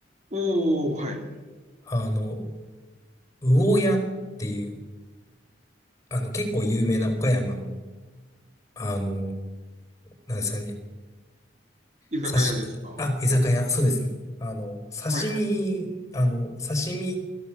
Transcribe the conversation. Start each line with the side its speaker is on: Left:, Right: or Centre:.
Right: おーはい。
Left: あの、魚屋っていう、あの、結構有名な岡山の、あの、なんですかね、
Right: 居酒屋ですかは
Left: 刺し、あ、居酒屋、そうですね。あの、刺身、
Right: いはい。
Left: あの、刺身、